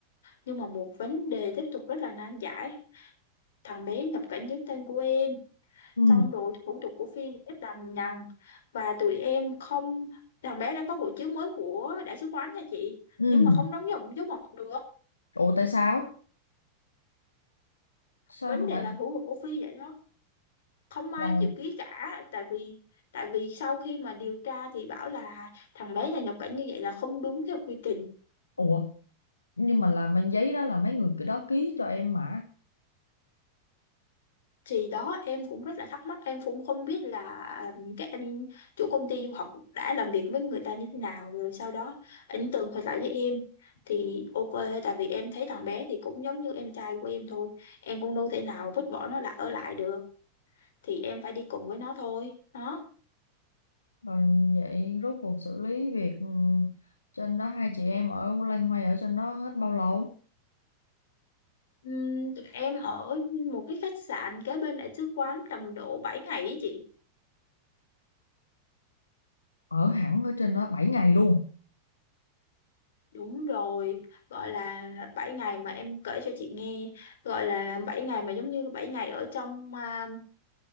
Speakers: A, on the left; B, on the left.
A: nhưng mà một vấn đề tiếp tục rất là nan giải thằng bé nhập cảnh dưới tên của em
B: ừ
A: xong rồi thủ tục của Phi thì rất lằng nhằng và tụi em không thằng bé đã có hộ chiếu mới của đại sứ quán nha chị
B: ừ
A: nhưng mà không đóng dòng dấu mộc được
B: ủa tại sao sao
A: vấn
B: không
A: đề
B: phải
A: là thủ tục của Phi vậy đó không ai
B: là
A: chịu ký cả tại vì tại vì sau khi mà điều tra thì bảo là thằng bé này nhập cảnh như vậy là không đúng theo quy trình
B: ủa nhưng mà là mang giấy đó là mấy người cái đó ký cho em mà
A: Thì đó em cũng rất là thắc mắc, em cũng không biết là ừm, các anh chủ công ty du học đã làm việc với người ta như thế nào rồi sau đó anh tường thuật lại với em thì ok tại vì em thấy thằng bé thì cũng giống như em trai của em thôi em cũng đâu thể nào vứt bỏ nó lại ở lại được thì em phải đi cùng với nó thôi đó
B: còn vậy rốt cuộc xử lý việc ừ, trên đó hai chị em ở loay hoay ở trên đó hết bao lâu
A: Ừm, em ở một cái khách sạn kế bên đại sứ quán tầm độ 7 ngày ấy chị
B: ở hẳn ở trên đó 7 ngày luôn
A: Đúng rồi, gọi là 7 ngày mà em kể cho chị nghe, gọi là 7 ngày mà giống như 7 ngày ở trong à,